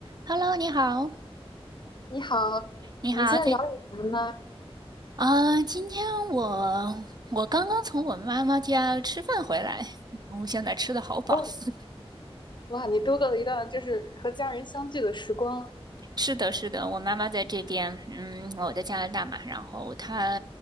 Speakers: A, on the right; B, on the left.
A: Hello，你好，
B: 你好，
A: 你好，
B: 我们今天聊点什么呢？
A: 这啊、今天我我刚刚从我妈妈家吃饭回来，我现在吃的好饱。
B: 哦，
A: <laughs>
B: 哇，你度过了一段就是和家人相聚的时光，
A: 是的，是的，我妈妈在这边，嗯，我在加拿大嘛，然后她